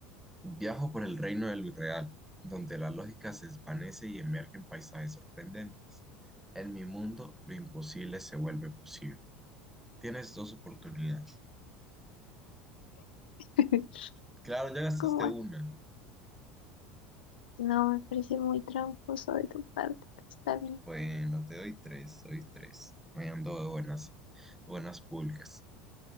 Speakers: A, in the centre; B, on the left.
A: Viajo por el reino de lo irreal, donde la lógica se desvanece y emergen paisajes sorprendentes. En mi mundo, lo imposible se vuelve posible. Tienes dos oportunidades.
B: es. <laughs>
A: Claro, ya gastaste
B: ¿Cómo es?
A: una.
B: No, me parece muy tramposo de tu parte, pero está bien.
A: Bueno, te doy tres, doy tres. Me ando de buenas, buenas pulgas.